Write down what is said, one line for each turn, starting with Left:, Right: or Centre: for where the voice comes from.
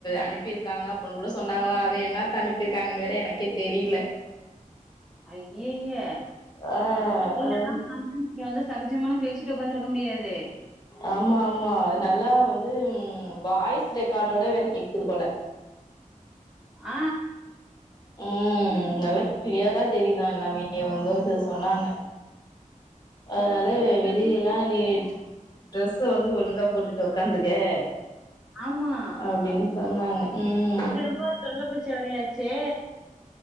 Left: அனுப்பிருக்காங்க அப்புனுகூட சொன்னாங்களா அது என்னத்த அனுப்பிருக்காங்கன்னு வேற எனக்கே தெரியில
Centre: ஐய்ஐய்யே
Left: ஆ
Centre: அவ வெளிலலா
Left: அது
Centre: <unintelligible> கூட்டிட்டு வந்து சகஜமாலா பேசிட்டு உக்காந்துருக்க முடியாது
Left: ஆமா ஆமா அது நல்லா வந்து வாய்ஸ் ரெக்கார்டோட வேற கேக்குது போல
Centre: ஆ
Left: ம் நல்லா கிளியரா தெரியுதா எல்லாமே வந்து ஒர்த சொன்னாங்க அதனால
Centre: அண்டர்ஸ்டாண்ட்
Left: வெளியிலல்லா நீ ட்ரெஸ்ஸ வந்து ஒழுங்கா போட்டுட்டு உக்காந்துக்கே
Centre: ஆமா.
Left: அப்டின்னு சொன்னாங்க ம்
Centre: இது ரொம்ப தொல்லபுடிச்ச வேலையாச்சே